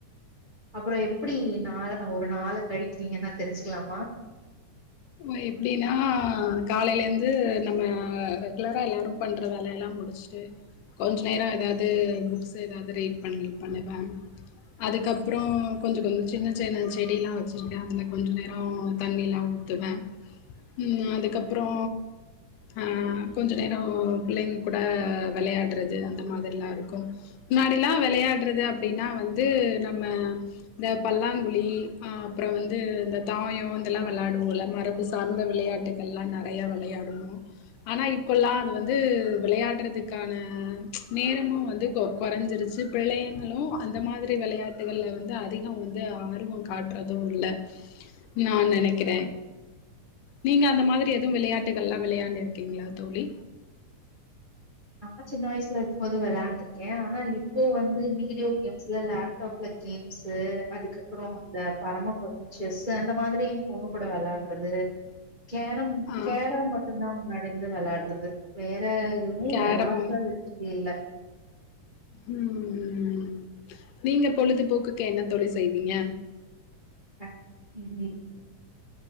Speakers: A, on the right (about 50°); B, on the left (about 80°).
A: அப்புறோ எப்டி நாள ஒரு நாள்ல கழிக்கிறீங்க நா தெரிஞ்சுக்கலாம்
B: ஓ எப்டின்னா காலையில இருந்து நம்ம ஆ ரெகுலரா எல்லாரு பண்ற வேலையெல்லாம் முடுச்சுட்டு கொஞ்சு நேர எதாவது புக்ஸ்சு எதாவுது ரீட் பண்ணி பண்ணுவேம் அதுக்கப்புறோ கொஞ்சு கொஞ்சு சின்ன சின்ன செடியில்லா வெச்சிருக்கே அதுல கொஞ்ச நேர ஓ தண்ணில்லா ஊத்துவே உம் அதுக்கப்புறோ ஆ கொஞ்ச நேரோ பிள்ளைங் கூட விளையாடுறது அந்த மாதிரிலா இருக்கும் முன்னாடில்லா விளையாடுறது அப்படின்னா வந்து நம்ம இந்த பல்லாங்குழி ஆ அப்பற வந்து இந்தப் தாயோ இந்தெல்லா விள்ளாடுவோல்ல மரபு சார்ந்த விளையாட்டுகள்லா நிறையா விளையாடுவோ ஆனா இப்பல்லா அது வந்து விளையாடுறதுக்கான நேரமும் வந்து கொ கொறஞ்சிருச்சு பிள்ளைங்களு அந்த மாதிரி விளையாட்டுகள்ல வந்து அதிகோ வந்து ஆர்வம் காட்டுறது இல்ல நான் நெனைக்கிறே நீங்க அந்த மாதிரி எதுவும் விளையாட்டுகள்லாம் விளையாண்டிருக்கீங்களா தோழி
A: நா சின்ன வயசுல இருக்கும்போது வெளான்ருக்கே ஆனா இப் இப்போ வந்து வீடியோ கேம்ஸ்ல லேட் தோப்லக் கேம்ஸ்சு அதுக்கப்புறோ இந்த பரமப்பதம் செஸ் அந்த மாதிரி என் பொண்ணு கூட வெள்ளாடுறது கேரம்
B: ஆ
A: கேரம் மட்டுந்தா முன்னாடியிருந்து வெள்ளா றதுக் வேற ன்னு
B: கேரம்
A: வெள்ளாடுற வெச்சரியில்ல
B: உம் நீங்க பொழுதுபோக்குக்கு என்ன தோழி செய்வீங்க
A: <unintelligible>